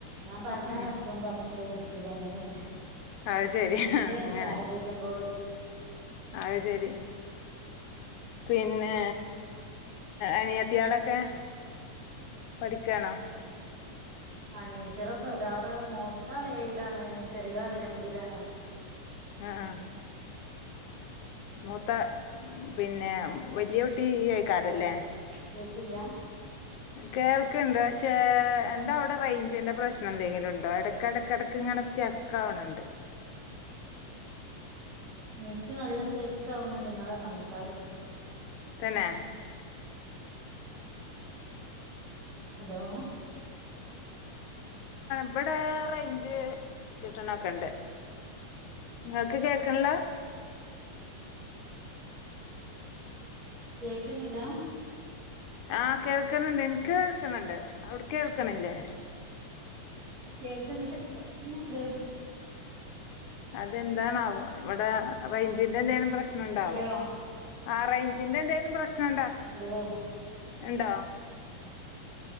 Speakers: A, on the right (about 80°); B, on the left (about 75°).
A: ഞാൻപറഞ
B: ഉം
A: നടക്കും പറഞ്ഞില്ലേ നടക്കൂല അങ്ങനെയാണ്
B: അത് ശരി
A: ഇന്റെ
B: അങ്ങനെ
A: സാഹചര്യം പോലെരി
B: അത് ശരി പിന്നെ അനിയത്തിയാളൊക്കെ പഠിക്കാണോ
A: അനിയത്തിയാളൊക്കെ ഒരാള് മൂത്ത ആള് ഏഴിലാണ് ചെറിയ ആള് രണ്ടിലാണ്
B: ആ ആ മൂത്ത പിന്നെ വലിയ കുട്ടിയ്യ് അയ്ക്കാരല്ലേ
A: ഹലോ കേക്കില്ല
B: കേൾക്കുണ്ട് പക്ഷെ എന്താ അവിടെ റേഞ്ചിന്റെ പ്രശ്ന എന്തെങ്കിലും ഉണ്ടോ എടക്ക് എടക്ക് എടക്ക് ണ സ്റ്റക്കാവണണ്ട്
A: എനിക്ക് നല്ല സ്റ്റെക്ക് ആവുന്നുണ്ട് നിങ്ങളെ സംസാരം
B: തന്നെ
A: ഹലോ
B: ഇവിടെറെ ഇഞ്ച് കിട്ടണൊക്കെണ്ട് ങ്ങക്ക് കേക്കണില്ല
A: കേക്കുന്നില്ല
B: ആ കേൾക്കണണ്ട് എനിക്ക് കേൾക്കണണ്ട് അവിട്ക്ക് കേൾക്കണില്ലേ
A: കേൾക്കുന്നുണ്ട് പക്ഷേ സ്റ്റക്കിങ്ണ്ട്
B: അതെന്താണാവോ ഇവിടെ റേഞ്ചിന്റെ എന്തെിലും പ്രശ്നം ഉണ്ടാവോ
A: ഹലോ
B: ആറേഞ്ചിന്റെ എന്തേലും പ്രശ്ന ഇണ്ടോ.
A: ഓ
B: ഇണ്ടോ